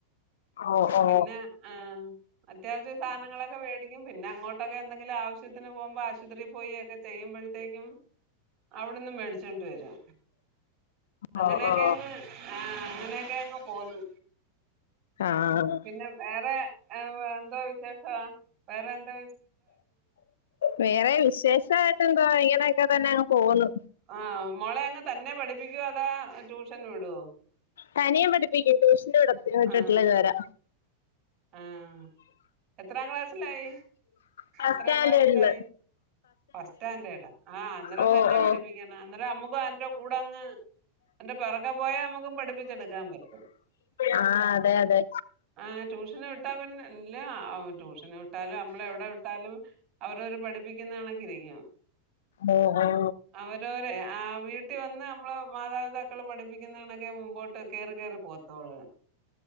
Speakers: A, on the left; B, on the right.
A: ഓ ഓ
B: പിന്നെ ആ അത്യാവശ്യം സാനങ്ങളൊക്കെ വെടിക്കും പിന്നെ അങ്ങോട്ടൊക്കെ എന്തെങ്കിലും ആവശ്യത്തിന് പോകുമ്പോ ആശുപത്രിൽ പോയി ഒക്കെ ചെയ്യുമ്പോഴത്തേക്കും അവിടന്നും മേടിച്ചോണ്ട് വരും അങ്ങനെയൊക്കെങ്ങ്
A: ഓ ഓ
B: അങേനേക്കെ അങ് പോന്നു
A: ആ
B: പിന്നെ വേറെ എ എന്തോ വിശേഷം വേറെ എന്തോ
A: വേറെ വിശേഷമായിട്ടെന്തോ ഇങ്ങനെയൊക്കെ തന്നെ അങ്ങ് പോകുന്നു
B: ആ മോളെ അങ്ങ് തന്നെ പഠിപ്പിക്ക്യോ അതോ ട്യൂഷന് വിടോ
A: തനിയെ പഠിപ്പിക്കും ട്യൂഷന് വിടത്തി വിട്ട്ട്ടില്ല
B: ആഹ്
A: ഇതുവരെ
B: ആഹ് എത്രാം ക്ലാസ്സിലായി
A: ഫസ്റ്റ്
B: എത്രാം
A: സ്റ്റാൻഡേർഡില്
B: ക്ലാസ്സിലായി ഫസ്റ്റ് സ്റ്റാൻഡേഡില് ആ അന്നേരം
A: ഓ
B: തന്നെ
A: ഓ
B: പഠിപ്പിക്കണം അന്നേരം നമ്മുക്കും അതിൻ്റെ കൂടെ അങ്ങ് ഇതിൻ്റെ പിറകെ പോയാ നമ്മുക്കും പഠിപ്പിച്ചെടുക്കാൻ പറ്റും
A: ആ അതെ അതെ
B: ആ ട്യൂഷന് വിട്ടാ പിന്നെ ഇല്ലേ ആ ട്യൂഷന് വിട്ടാലും നമ്മള് എവിടെ വിട്ടാലും അവരവര് പഠിപ്പിക്കുന്ന കണക്കിനിരിക്കും
A: ഓ ഓ
B: അവരവരെ ആ വീട്ടിൽ വന്ന് നമ്മള് മാതാപിതാക്കൾ പഠിപ്പിക്കുന്നണൊക്കെ മുമ്പോട്ട് കേറി കേറി പോത്തോളു